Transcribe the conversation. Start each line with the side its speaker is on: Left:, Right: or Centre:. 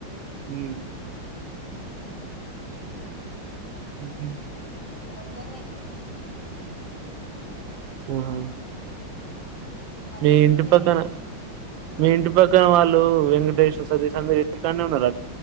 Right: హ్
Left: ఆ
Right: హ్ హ్
Left: దగ్గర్నే
Right: వావ్
Left: వాళ్ళు
Right: మీ ఇంటి
Left: ఉండే
Right: పక్కన
Left: హ్మ్
Right: మీ ఇంటి పక్కన వాళ్ళు ళ్ళు వెంకటేష్ సతీష్ అందరూ ఇంటి కన్నె ఉన్నార